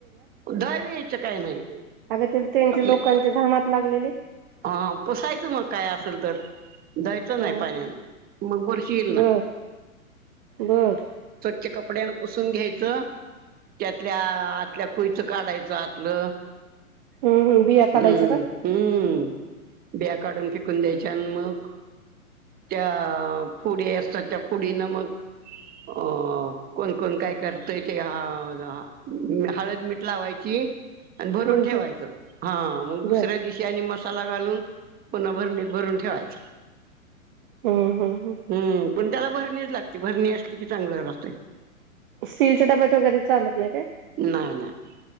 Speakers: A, on the right; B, on the right.
A: दावी यायच काय नाही.
B: अग त्याला त्यांच्या
A: आपल्या
B: लोकांचे घाण हात लागलेले.
A: हा पुसायचं मग काय असेल तर. धुवायचं
B: हा
A: नाही पाण्याने
B: हा
A: मग बुरशी येईल
B: बर
A: ना.
B: बर
A: ते कपड्यान पुसून घ्यायचं. त्यातल्या आतल्या कोईच काढायचं आतलं.
B: हम्म हम्म बिया काढायच्या
A: हम्म
B: का?
A: हम्म. ब्या काढून फिकून द्यायच्या आणि मग त्या पुढ असतात त्या पुडी ना मग अ कोण कोण काय करतोय ते ह द मी हळद मिठ लावायची. भरून
B: हम्म
A: ठेवायच
B: हम्म
A: हा मग दुसऱ्या
B: बर
A: दिवशी आणि मसाला घालून पुन्हा भरणीत भरून ठेवायच.
B: हम्म हम्म हम्.
A: हम्म पण त्याला भरणीच लागते भरणी असली की चांगलं राहतंय.
B: स्टीलच्या डब्यात वगैरे चालत नाही काय? <inaudible>
A: नाही नाही